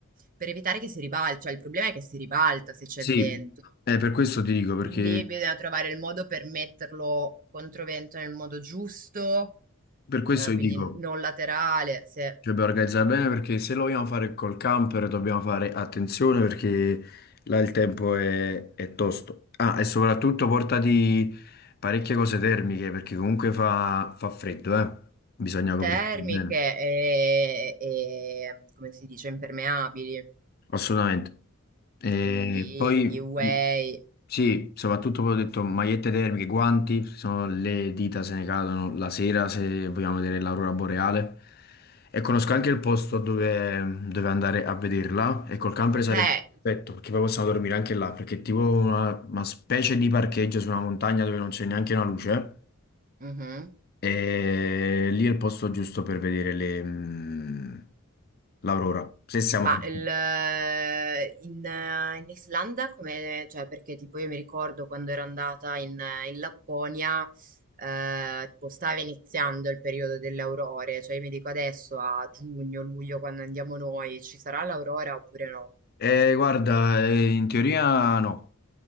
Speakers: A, on the right; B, on the left.
A: per evitare che si ribalta, cioè il problema è che si ribalta se c'è
B: sì,
A: vento.
B: eh, per questo ti dico perché...
A: Quindi bisogna trovare il modo per metterlo contro vento nel modo giusto
B: Per questo
A: eh,
B: vi
A: quindi
B: dico,
A: non laterale, se
B: cioè, dobbiamo organizzare bene perché se lo vogliamo fare col camper dobbiamo fare attenzione perché là il tempo è, è tosto. Ah, e soprattutto portati parecchie cose termiche perché comunque fa, fa freddo, eh. Bisogna coprirsi
A: termiche
B: bene.
A: e, e, come si dice, impermeabili,
B: assolutamente. E
A: quindi
B: poi
A: QA.
B: i- sì, soprattutto poi ho detto magliette termiche, guanti, sono le dita se ne cadono la sera se vogliamo vedere l'aurora boreale. E conosco anche il posto dove, dove andare a vederla e col camper sarebbe
A: Eh,
B: perfetto perché poi possiamo dormire anche là perché è tipo una, una specie di parcheggio su una montagna dove non c'è neanche una luce
A: mhm.
B: e lì è il posto giusto per vedere le, mm, l'aurora, se siamo
A: Ma
B: fortunati.
A: il, eh, in, eh, in Islanda come, cioè perché tipo io mi ricordo quando ero andata in, eh, in Lapponia, eh, tipo stava iniziando il periodo delle aurore, cioè io mi dico adesso a giugno, luglio, quando andiamo noi, ci sarà l'aurora oppure no?
B: Eh, guarda, eh, in teoria no,